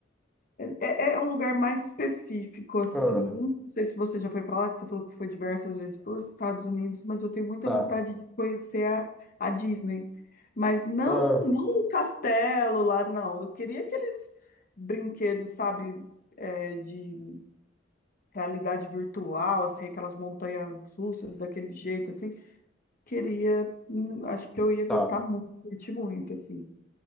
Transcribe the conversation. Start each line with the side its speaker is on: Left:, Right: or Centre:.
Left: É, é é um lugar mais específico, assim.
Centre: Ah,
Left: Não sei se você já foi para lá, que você falou que foi diversas vezes para os Estados Unidos, mas eu tenho muita
Centre: tá.
Left: vontade de conhecer a, a Disney. Mas não,
Centre: Ah,
Left: não o castelo lá, não. Eu queria aqueles brinquedos, sabe, é, de realidade virtual, assim, aquelas montanhas russas daquele jeito, assim. Queria, hum, acho que eu ia gostar
Centre: tá.
Left: muito, curtir muito, assim.